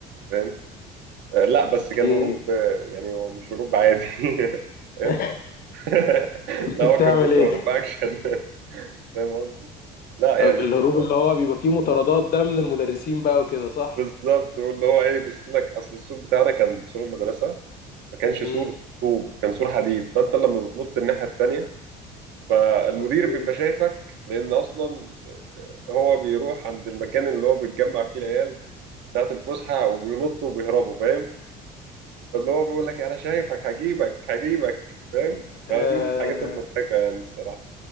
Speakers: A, on the right; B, on the left.
A: فاهم آه لا بس
B: اوكي
A: كان هروب آه، يعني هو مش هروب عادي <laughs> فاهم
B: <laughs>
A: <laughs>
B: كنت
A: لا
B: بتعمل
A: هو كان بيبقى
B: ايه
A: هروب اكشن فاهم قصدي؟
B: <laughs>
A: لا يعني
B: الهروب
A: كنت <laughs>
B: اللي هو بيبقى فيه مطاردات ده من المدرسين بقى وكده صح
A: بالظبط واللي هو ايه بص لك اصل السور بتاعنا كان سور المدرسه ما كانش
B: امم
A: سور طوب كان سور حديد فانت لما بتنط الناحيه التانيه فالمدير
B: اوكي
A: بيبقى شايفك لان اصلا آه، هو بيروح عند المكان اللي هو بيتجمع فيه العيال ساعه الفسحه وبينطوا وبيهربوا فاهم فاللي هو بيقول لك انا شايفك هجيبك هجيبك فاهم
B: امم
A: فدي من الحاجات المضحكه يعني الصراحه